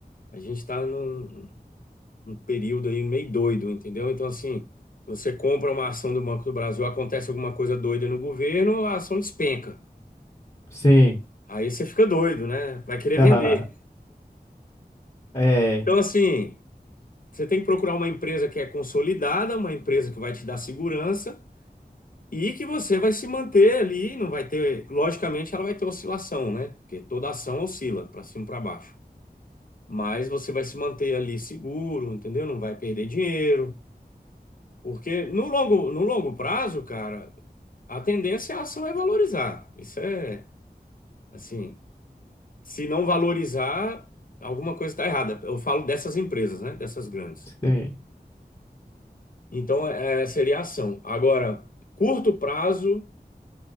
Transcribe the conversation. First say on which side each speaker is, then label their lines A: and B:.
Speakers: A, on the left (about 55°); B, on the left (about 35°).
A: a gente tá num, num período aí meio doido, entendeu? Então, assim, se você compra uma ação do Banco do Brasil, acontece alguma coisa doida no governo, a ação despenca.
B: Sim.
A: Aí você fica doido, né? Vai querer
B: <laughs>
A: vender.
B: É,
A: Então, assim, você tem que procurar uma empresa que é consolidada, uma empresa que vai te dar segurança E que você vai se manter ali, não vai ter, logicamente ela vai ter oscilação, né? Porque toda ação oscila para cima e para baixo. Mas você vai se manter ali seguro, entendeu? Não vai perder dinheiro, porque no longo, no longo prazo, cara, a tendência é a ação é valorizar. Isso é, assim, se não valorizar, alguma coisa está errada. Eu falo dessas empresas, né? Dessas grandes.
B: sim.
A: Então, é, é, seria a ação. Agora, curto prazo,